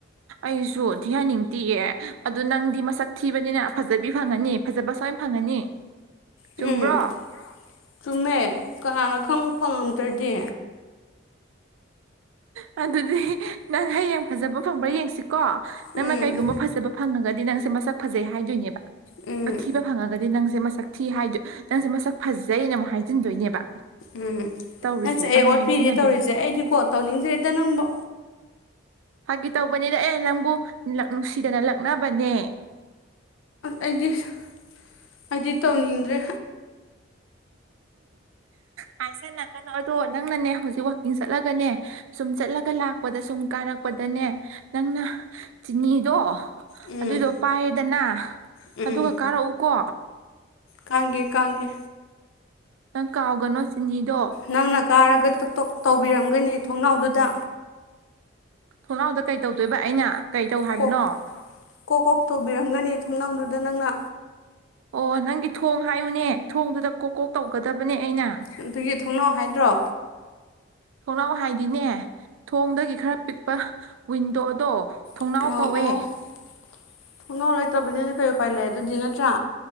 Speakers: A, on the right; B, on the left.
A: ꯑꯩꯁꯨ ꯊꯤꯍꯟꯅꯤꯡ ꯇꯤꯑꯦ ꯑꯗꯣ ꯅꯪꯗꯤ ꯃꯁꯛ ꯊꯤꯕꯅꯤꯅ ꯐꯖꯕꯤ ꯐꯪꯉꯅꯤ ꯐꯖꯕ ꯁꯣꯏ ꯐꯪꯉꯅꯤ ꯆꯨꯝꯕ꯭ꯔꯣ
B: ꯎꯝ ꯆꯨꯝꯗꫭ ꯆꯨꯝꯃꯦ ꯀꯅꯥꯅ ꯈꯪ ꯐꯪꯉꯝꯗ꯭ꯔꯥꯗꯤ
A: ꯑꯗꯨꯗꯤ ꯅꯪ ꯍꯌꯦꯡ ꯐꯥꯖꯕ ꯐꯪꯕ ꯌꯦꯡꯁꯤ ꯀꯣ ꯅꯪꯅ
B: ꯎꯝ
A: ꯀꯩꯒꯨꯝꯕ ꯐꯥꯖꯕ ꯐꯪꯉꯒꯗꯤ ꯅꯪꯁꯦ ꯃꯁꯛ ꯐꯖꯩ ꯍꯥꯏꯗꯣꯏꯅꯦꯕ
B: ꯎꯝ
A: ꯑꯊꯤꯕ ꯐꯪꯉꯒꯗꯤ ꯅꯪꯁꯦ ꯃꯁꯛ ꯊꯤ ꯍꯥꯏꯗꯨ ꯅꯪꯁꯦ ꯃꯁꯛ ꯐꯖꯩꯅ ꯃꯨꯛ ꯍꯥꯏꯖꯤꯟꯗꯣꯏꯅꯦꯕ
B: ꯎꯝ
A: ꯇꯧꯔꯤꯁꯦ
B: ꯅꯪꯁꯦ ꯑꯩ
A: ꯄꯪꯍꯥꯏ
B: ꯑꯣꯠꯄꯤꯔꯤ
A: ꯍꯥꯏꯖꯤꯟꯅꯕꯤꯅꯦꯕ
B: ꯇꯧꯔꯤꯁꯦ ꯑꯩꯗꯤ ꯀꯣ ꯇꯧꯅꯤꯡꯗ꯭ꯔꯦꯗ ꯅꯪꯕꯣ
A: ꯐꯥꯒꯤ ꯇꯧꯕꯅꯤꯗ ꯑꯦꯅ ꯅꯪꯕꯨ ꯂꯛ ꯅꯨꯡꯁꯤꯗꯅ ꯂꯛꯅꯕꯅꯦ
B: ꯑꯩꯗꯤ ꯁꯥ ꯑꯩꯗꯤ ꯇꯧꯅꯤꯡꯗ꯭ꯔꯦ
A: ꯇꯥꯏꯁꯤꯟꯅꯒꯅꯣ ꯑꯗꯣ ꯅꯪꯅꯅꯦ ꯍꯨꯖꯤꯛ ꯋꯥꯛꯀꯤꯡ ꯆꯠꯂꯒꯅꯦ ꯁꯨꯝ ꯆꯠꯂꯒ ꯂꯥꯛꯄꯗ ꯁꯨꯝ ꯀꯥꯔꯛꯄꯗꯅꯦ ꯅꯪꯅ ꯆꯤꯅꯤꯗꯣ
B: ꯎꯝ
A: ꯑꯗꯨꯗꯣ ꯄꯥꯏꯔꯦꯗꯅ
B: ꯎꯝ
A: ꯑꯗꯨꯒ ꯀꯥꯔꯛꯎꯀꯣ
B: ꯀꯥꯡꯒꯦ ꯀꯥꯡꯒꯦ
A: ꯅꯪ ꯀꯥꯎꯒꯅꯣ ꯆꯤꯅꯤꯗꯣ
B: ꯅꯪꯅ ꯀꯥꯔꯒ ꯇꯣꯛ ꯇꯣꯛ ꯇꯧꯕꯤꯔꯝꯒꯅꯤ ꯊꯣꯡꯅꯥꯎꯗꯨꯗ
A: ꯊꯣꯡꯅꯥꯎꯗ ꯀꯩ ꯇꯧꯗꯨꯏꯕ ꯑꯩꯅ ꯀꯩ ꯇꯧ ꯍꯥꯏꯕꯅꯣ
B: ꯀꯣ ꯀꯣꯛ ꯀꯣꯛ ꯇꯧꯕꯤꯔꯝꯒꯅꯤ ꯊꯣꯡꯅꯥꯎꯗꯨꯗ ꯅꯪꯅ
A: ꯑꯣ ꯅꯪꯒꯤ ꯊꯣꯡ ꯍꯥꯏꯌꯨꯅꯦ ꯊꯣꯡꯗꯨꯗ ꯀꯣꯛ ꯀꯣꯛ ꯇꯧꯒꯗꯕꯅꯦ ꯑꯩꯅ
B: ꯑꯗꯨꯒꯤ ꯊꯣꯡꯅꯥꯎ ꯍꯥꯏꯗ꯭ꯔꯣ
A: ꯊꯣꯡꯅꯥꯎ ꯍꯥꯏꯗꯤꯅꯦ ꯊꯣꯡꯗꯒꯤ ꯈꯔ ꯄꯤꯛꯄ ꯋꯤꯟꯗꯣꯗꯣ ꯊꯣꯡꯅꯥꯎ
B: <unintelligible> ꯎ <unintelligible>
A: ꯀꯧꯋꯦ
B: ꯂꯩꯇꯕꯅꯤꯅ ꯀꯩ ꯎꯄꯥꯏ ꯂꯩ ꯑꯗꯨꯗꯤ ꯅꯠꯇ꯭ꯔꯥ